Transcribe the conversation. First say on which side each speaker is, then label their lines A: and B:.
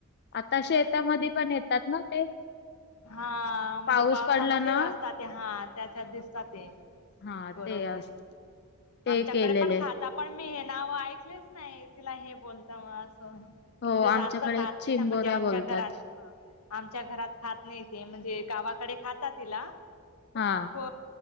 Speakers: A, on the left; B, on the left.
A: आता शेतामध्ये पण येतात ना ते
B: हा म्हणजे
A: पाऊस
B: पावसामध्येच
A: पडला ना
B: असतात ते हा त्याच्यात दिसतात ते
A: हा
B: बरोबर
A: ते असत
B: आहे
A: ते
B: आमच्याकडे
A: केलेले
B: पण खात. पण मी हे नाव ऐकलेच नाही तिला हे बोलता म असं.
A: हो
B: म्हणजे जास्त
A: आमच्याकडे
B: खात नाही
A: चिंबोऱ्या
B: ना म्हणजे आमच्या
A: बोलतात.
B: घरात आमच्या घरात खात नाही. म्हणजे गावाकडे खात तिला
A: हा
B: हो.